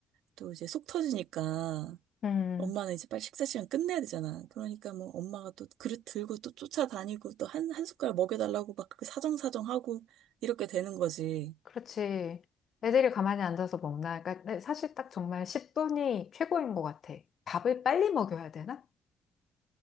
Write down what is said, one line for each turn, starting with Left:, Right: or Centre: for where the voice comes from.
Right: 또 이제 속 터지니까
Left: 응.
Right: 엄마는 이제 빨리 식사 시간 끝내야 되잖아. 그러니까 뭐 엄마가 또 그릇 들고 또 쫓아다니고 또 한, 한 숟가락 먹여달라고 막 그렇게 사정사정하고 이렇게 되는 거지.
Left: 그렇지. 애들이 가만히 앉아서 먹나? 그러니까 사실 딱 정말 10분이 최고인 것 같아. 밥을 빨리 먹여야 되나?